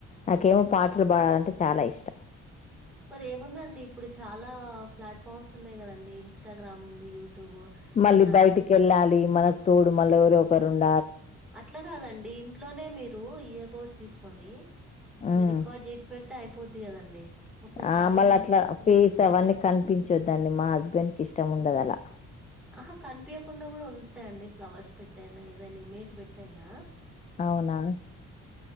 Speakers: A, on the left; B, in the centre.
A: నాకేమో పాటలు
B: ఆహా
A: పాడాలంటే చాలా ఇష్టం
B: మరి ఏముందండి ఇప్పుడు చాలా ప్లాట్ఫామ్స్ ఉన్నాయి కదండి ఇన్స్టాగ్రామ్ ఉంది యూట్యూబ్
A: మళ్ళీ
B: స్నాప్చాట్
A: బయటికి వెళ్ళాలి మనకు తోడు మళ్ళ ఎవరరో ఒకరు ఉండ
B: అట్లా కాదండి ఇంట్లోనే మీరు ఇయర్ బోడ్స్ తీసుకొని
A: మ్మ్
B: మ రికార్డ్ చేష్ ప అయితే అయిపోద్ది కదండి ఒక్కసారి
A: ఆ మళ
B: మీరు
A: అట్లా
B: మంచిగా
A: ఫీస్
B: సెట్
A: అవన్నీ
B: అయితే
A: కనిపించొద్దండి మా హస్బెండ్ కి ఇష్టం ఉండదు అలా
B: ఆహా కనిపించకుండా కూడా ఉంటాయిండి ఫ్లవర్స్ పెట్టేయినా ఏదైనా ఇమేజ్ పెట్టయినా
A: అవునా